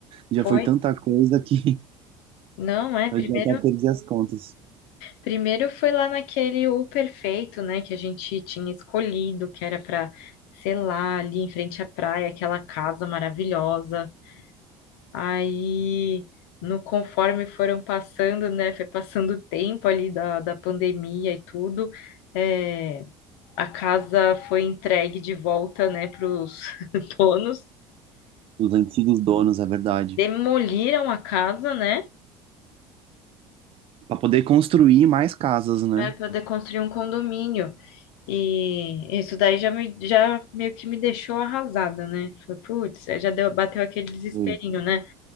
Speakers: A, on the right; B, on the left.
A: Já
B: Foi.
A: foi tanta coisa que
B: Não,
A: <laughs>
B: é,
A: eu
B: primeiro
A: já até perdi as contas.
B: Primeiro foi lá naquele O Perfeito, né, que a gente tinha escolhido, que era para, sei lá, ali em frente à praia, aquela casa maravilhosa. Aí, no conforme foram passando, né, foi passando o tempo ali da, da pandemia e tudo, é, a casa foi entregue de volta, né, para os <laughs> donos.
A: Os antigos donos, é verdade.
B: Demoliram a casa, né?
A: Para poder construir mais casas, né?
B: Vai poder construir um condomínio. E isso daí já, me, já meio que me deixou arrasada, né? Falei, putz, é, já deu, bateu aquele desesperinho,
A: Foi.
B: né?